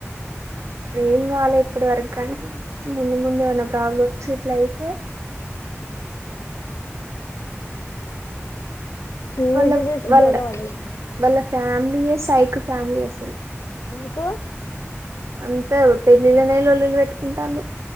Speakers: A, on the right (about 70°); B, on the left (about 80°).
A: ఏం కాలే ఇప్పటి వరకు కానీ ముందు ముందు ఏమన్నా ప్రాబ్లమ్స్ గిట్లైతే
B: చూసి
A: వాళ్ళ
B: చూసి
A: వాళ్ళ
B: బోర్ల పడుడే
A: వాళ్ళ ఫ్యామిలియే సైక్ ఫ్యామిలీ అసలు
B: ఎందుకు
A: అంత పెళ్ళిళ్ళనే లోల్లులు పెట్టుకుంటాలు